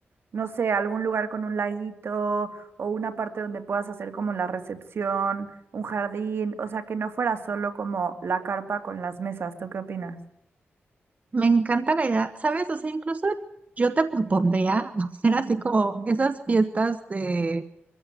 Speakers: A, on the right; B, on the right.
A: no sé, algún lugar con un laguito o una parte donde puedas hacer como la recepción, un jardín, o sea, que no fuera solo como la carpa con las mesas. ¿Tú qué opinas?
B: Me encanta la idea, ¿sabes? O sea, incluso yo te propondría <laughs> hacer así como esas fiestas de,